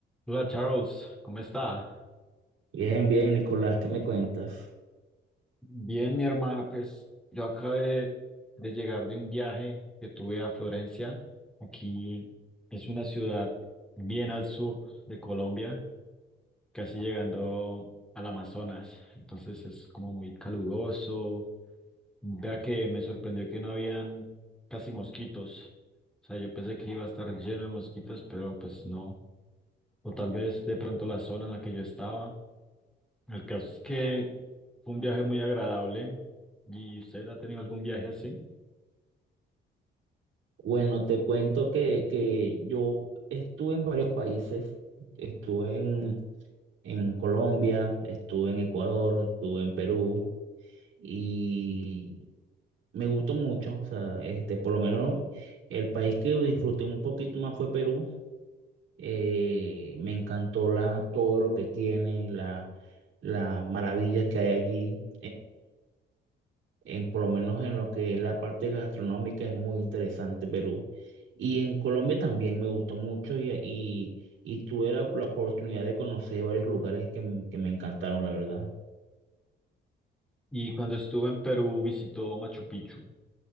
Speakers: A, in the centre; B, on the right.
A: Hola Charles, ¿cómo está?
B: Bien, bien, Nicolás, ¿qué me cuentas?
A: Bien, mi hermana, pues yo acabé de llegar de un viaje que tuve a Florencia. Aquí es una ciudad bien al sur de Colombia, casi llegando al Amazonas. Entonces es como muy caluroso. Vea que me sorprendió que no habían casi mosquitos. O sea, yo pensé que iba a estar lleno de mosquitos, pero pues no. O tal vez de pronto la zona en la que yo estaba. El caso es que fue un viaje muy agradable. ¿Y usted ha tenido algún viaje así?
B: Bueno, te cuento que, que yo estuve en varios países, estuve en, en Colombia, estuve en Ecuador, estuve en Perú y me gustó mucho, o sea, este, por lo menos el país que disfruté un poquito más fue Perú. Eh, me encantó la, todo lo que tiene, la, las maravillas que hay allí en, por lo menos en lo que es la parte gastronómica es muy interesante Perú. Y en Colombia también me gustó mucho y, y, y tuve la, la oportunidad de conocer varios lugares que, m- que me encantaron, la verdad.
A: Y cuando estuvo en Perú visitó Machu Picchu.